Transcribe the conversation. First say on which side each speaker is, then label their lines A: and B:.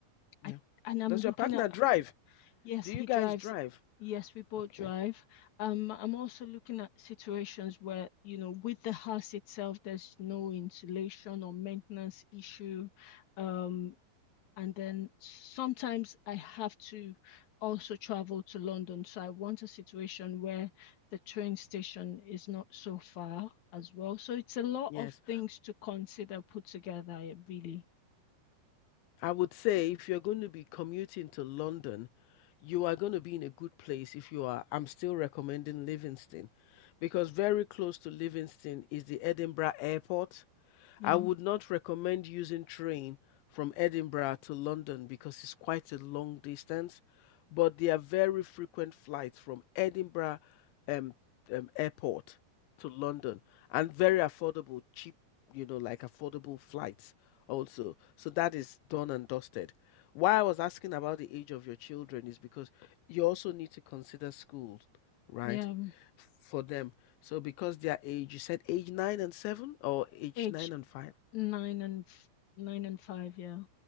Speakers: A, on the left; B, on the left.
A: yeah.
B: I and I'm
A: Does
B: looking
A: your partner
B: at
A: drive?
B: Yes,
A: Do
B: he
A: you guys
B: drives.
A: drive?
B: Yes, we both
A: Okay.
B: drive. Um, I'm also looking at situations where, you know, with the house itself, there's no insulation or maintenance issue. Um, and then sometimes I have to also travel to London. So I want a situation where the train station is not so far as well. So it's a lot
A: Yes.
B: of things to consider put together, yeah, really.
A: I would say if you're going to be commuting to London, you are going to be in a good place if you are. I'm still recommending Livingston because very close to Livingston is the Edinburgh Airport
B: Yeah.
A: I would not recommend using train from Edinburgh to London because it's quite a long distance, but there are very frequent flights from Edinburgh um, um, airport to London and very affordable, cheap, you know, like affordable flights also. So that is done and dusted. Why I was asking about the age of your children is because you also need to consider schools, right?
B: Yeah.
A: For them so because their age, you said age nine and seven or age
B: Age
A: nine and five?
B: nine and f- nine and five, yeah.